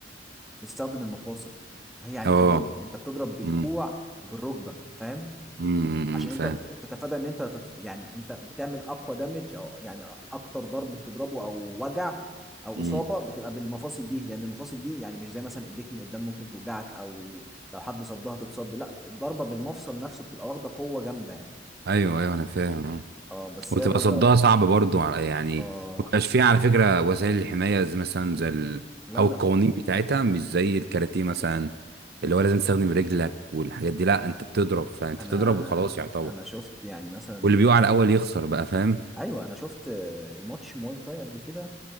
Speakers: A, in the centre; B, on the right.
A: بتستخدم المفاصل فهي عنيفه
B: اه
A: جدا انت بتضرب بالكوع
B: أمم،
A: وبالركبه فاهم
B: أمم، أمم،
A: عشان
B: فاهم
A: انت تت- تتفادى ان انت تت... يعني انت بتعمل اقوى دامج او يعني اكتر ضرب بتضربه او وجع او
B: أمم.
A: اصابه بتبقى بالمفاصل دي لان المفاصل دي يعني مش زي مثلا ايديك من قدام ممكن توجعك او لو حد صدها تتصد لا الضربه بالمفصل نفسه بتبقى واخده قوه جامده يعني
B: ايوه ايوه انا فاهم أه.
A: اه بس
B: وتبقى
A: هي الرياضه
B: صدها صعب برضو على- يعني
A: اه
B: مبيبقاش فيها على فكرة وسائل الحماية زي مثلا زي ال...
A: لا
B: او
A: لا
B: القوانين بتاعتها مش زي الكاراتيه مثلا اللي هو لازم تستخدم رجلك والحاجات دي لا انت بتضرب فانت
A: انا
B: بتضرب وخلاص يعتبر
A: انا شفت يعني مثلا
B: واللي بيقع الاول يخسر بقى فاهم
A: ايوه انا شفت آه، ماتش مواي تاي قبل كده